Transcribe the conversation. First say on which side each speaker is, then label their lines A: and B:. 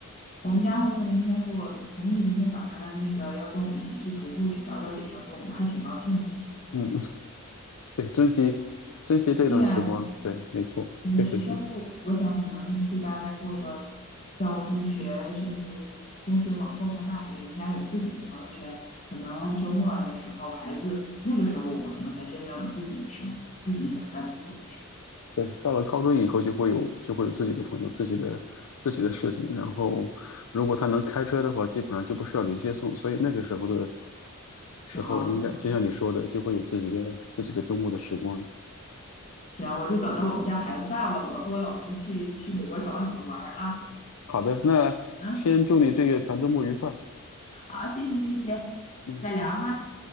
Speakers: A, on the left (about 30°); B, on the left (about 70°).
A: 我们家还说明天和我同意，明天早上那个要跟我一起去徒步，去找找野生动物，我还挺高兴。
B: 嗯，<laughs> 对，珍惜珍惜这段时光。
A: 对呀、
B: 对，没错，
A: 真的是再过，
B: 确实是。
A: 我想可能就大概过个到中学，甚至中学往后上大学，人家有自己的朋友圈，可能周末的时候，孩子那个时候我们可能才真正有自己的生活，自己想干自己的事儿，
B: 对，到了高中以后就会有就会有自己的朋友、自己的自己的事情，然后如果他能开车的话，基本上就不需要你接送，所以那个时候的时候应该就像你说的，
A: 就好很多。
B: 就会有自己的自己的周末的时光。
A: 行，我就等着我们家孩子大了，我和我老公去去美国找你们玩儿啊。
B: 好的，那先祝你这个长周末愉快。
A: 嗯，好，谢谢谢谢，
B: 嗯。
A: 再聊哈。